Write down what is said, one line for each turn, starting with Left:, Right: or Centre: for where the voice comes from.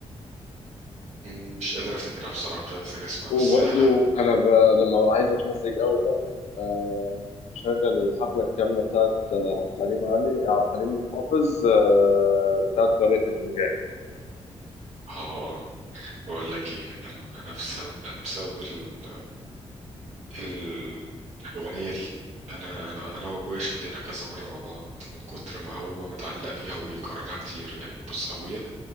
Right: مم، مش قادر افتكرها بصراحة مش قادر افتكر اسمها
Left: وبرضو
Right: بس هي حلو
Left: أنا ب... لما ببقى عايز أتمزج أوي بقى آه بشغل الحفلة الكاملة بتاعت آه، عبد الحليم علي عبد الحليم حافظ آه بتاعت قارئة الفنجان
Right: اه بقول لك ايه انا انا بسبب انا بسبب ال... ال... الاغنية دي انا انا انا وابويا شدينا كذا مرة مع بعض من كتر ما هو متعلق بيها وبيكررها كتير يعني بص ابويا